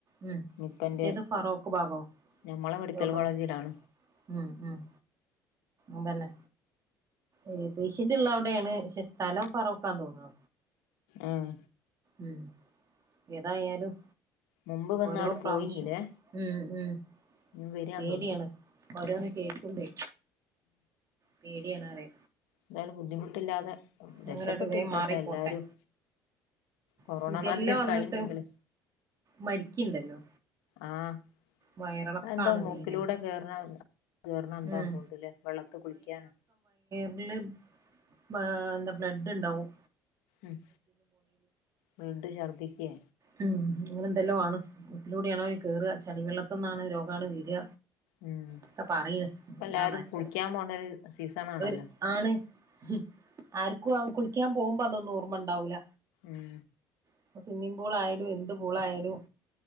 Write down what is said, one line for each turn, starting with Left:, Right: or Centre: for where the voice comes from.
Right: ഉം
Left: നിപ്പന്റെ
Right: മറ്റേത് ഫറോക്ക് ഭാഗോ
Left: ഞമ്മളെ മെഡിക്കൽ
Right: <unintelligible>
Left: കോളേജിലാണ്
Right: ഉം ഉം അതന്നെ ഏഹ് പേഷ്യന്റ് ഇള്ള അവിടേണ് പക്ഷെ സ്ഥലം ഫറോക്കാ തോന്ന്ണ്.
Left: ആഹ്
Right: മ് ഏതായാലും
Left: മുമ്പ് വന്നാട്
Right: ഓരോ പ്രാവശ്യം
Left: പോയിനീലേ
Right: ഉം ഉം
Left: ഇനി വരാന്ന്
Right: പേടിയാണ്
Left: തോന്നുണ്ട്
Right: ഓരോന്ന് കേക്ക്മ്പെ പേടിയാണ്റിയ.
Left: എന്തായാലും ബുദ്ധിമുട്ടില്ലാതെ
Right: ഞങ്ങളോട്ട്
Left: രക്ഷപ്പെട്ട്
Right: വേഗം
Left: കിട്ടട്ടെ
Right: മാറിപ്പോട്ടെ
Left: എല്ലാരും കൊറോണ
Right: ശിഖല്ല
Left: മാതിരി ഒക്കെ
Right: വന്നിട്ട്
Left: ആയിണ്ടെങ്കില്
Right: മരിക്ക്ണ്ടല്ലോ
Left: ആഹ്
Right: വയറിളക്കാണ്
Left: അത് എന്തോ മൂക്കിലൂടെ
Right: മെയിനായിട്ട്
Left: കേറ്ണ കേർണ എന്താതോൺണ്ട്ലെ
Right: ഉം
Left: വെള്ളത്ത് കുളിക്കാനാ
Right: ഇതില് ആഹ് എന്താ ബ്ലഡ് ഇണ്ടാവും.
Left: ഇഹ് ബ്ലഡ്‌ ഛർദിക്കേ
Right: മ് അങ്ങനെന്തെല്ലോ ആണ്. മൂക്കിലൂടെ ആണോല്ലേ കേറ്. ചളി വെള്ളത്തിന്നാണ് രോഗാണു വെര്.
Left: ഉം ഇപ്പ
Right: ഒക്ക പറീണ് എന്താന്ന്
Left: എല്ലാരും
Right: ആര്ക്കറിയ?
Left: കുളിക്കാൻ പോണ ഒരു സീസൺ ആണല്ലോ
Right: ഒര് ആണ്. ഹും ആര്ക്കു അയ് കുളിക്കാൻ പോവുമ്പോ അതൊന്നു ഓർമ്മ ഇണ്ടാവൂല.
Left: മ്
Right: ഇപ്പ സ്വിമ്മിംഗ് പൂളായാലും എന്ത് പൂളായാലും